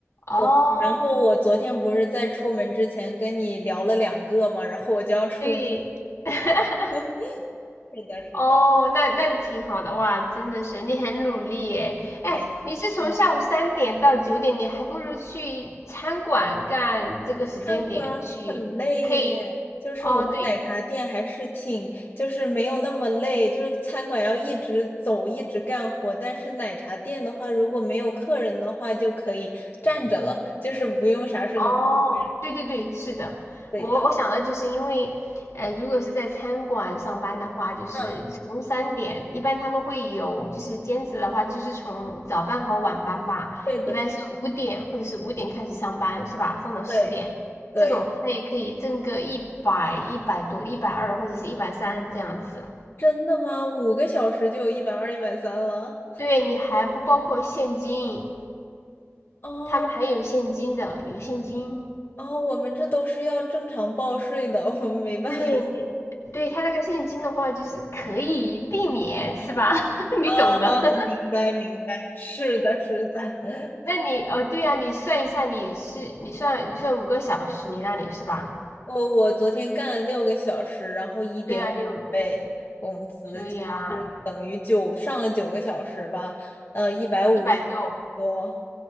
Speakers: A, on the left; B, on the left.
A: 哦，
B: 对，然后我昨天不是在出门之前跟你聊了两个嘛，然后我就要出门。
A: 对，<laughs>
B: 对，<laughs> 是的，是的，
A: 哦，那那挺好的哇，真的是你很努力耶。哎，
B: 还行。
A: 你是从下午三点到九点，
B: 嗯，
A: 你还不如去餐馆干这个时间点去，
B: 看过，很累耶。
A: 可以。
B: 就是我们奶茶店还是挺，
A: 哦，对，
B: 就是没有那么累，就是餐馆要一直走，一直干活。但是奶茶店的话，如果没有客人的话，就可以站着了，就是不用啥事都不干。
A: 哦，对对对，是的，
B: 对的，
A: 我我想的就是因为，呃，如果是在餐馆上班的话，就是你从三点，
B: 嗯，
A: 一般他们会有就是兼职的话，就是从早班和晚班吧，
B: 对的，
A: 一般是五点或者是五点开始上班是吧？
B: 对
A: 上到十点，
B: 对对，
A: 这种他也可以挣个一百、一百多、一百二或者是一百三这样子。
B: 真的吗？五个小时就有一百二、一百三了。
A: 对，你还不包括现金，
B: 哦
A: 他们还有现金的，有现金。
B: 哦，我们这都是要正常报税的，我们没办法
A: 对，
B: <laughs>。
A: 对他那个现金的话，就是可以避免，是吧？<laughs> 你懂的。
B: 啊，
A: <laughs>
B: 明白明白，是的，是的。<laughs>
A: 那你哦，对呀、你算一下，你是你算你算五个小时，你那里是吧？
B: 我我昨天干了六个小时，然后一点五倍工资，
A: 对啊，六个小时，所以啊，
B: 就是等于九上了九个小时吧，呃，一百五十
A: 一百多，
B: 多，